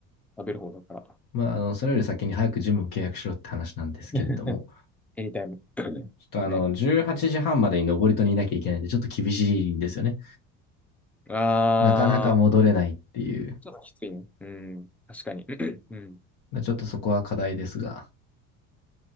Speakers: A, in the centre; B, on the left.
A: 食べる方だから。
B: まあ、あの、それより先に早くジムを契約しろって話なんですけれども、
A: <laughs> エニタイム。<clears throat>
B: ちょっとあの、
A: ね。
B: 18時半までに登戸にいなきゃいけないんで、ちょっと厳しいんですよね。
A: あ
B: なかなか戻れないっていう、
A: ー、ちょっときついね。うん。確かに。<clears throat> うん。
B: ちょっとそこは課題ですが、